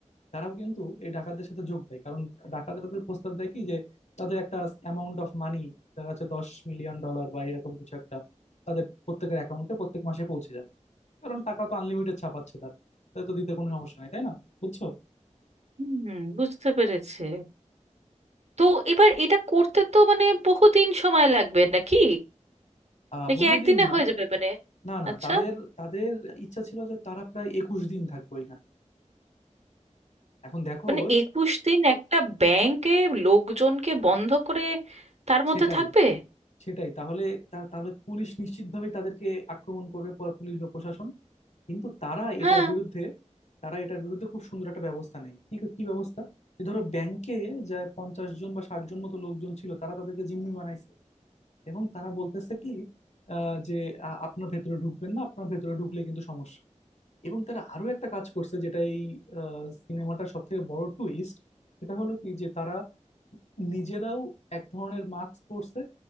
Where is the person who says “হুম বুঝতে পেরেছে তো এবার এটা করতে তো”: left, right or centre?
Right